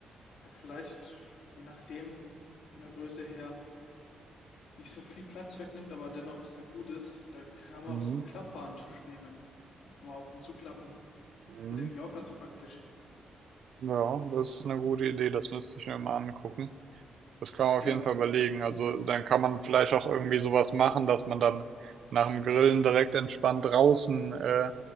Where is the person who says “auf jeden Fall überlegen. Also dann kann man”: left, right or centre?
Right